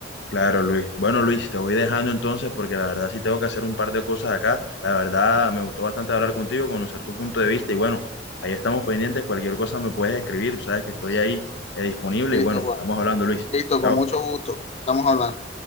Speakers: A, on the left; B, on the left.
A: claro, Luis. Bueno, Luis, te voy dejando entonces porque la verdad sí tengo que hacer un par de cosas acá. La verdad me gustó bastante hablar contigo, conocer tu punto de vista y bueno, ahí estamos pendientes. Cualquier cosa me puedes escribir, tú sabes que estoy ahí eh, disponible
B: Listo,
A: y bueno,
B: Juan.
A: estamos hablando, Luis.
B: Listo, con
A: Chao.
B: mucho gusto. Estamos hablando.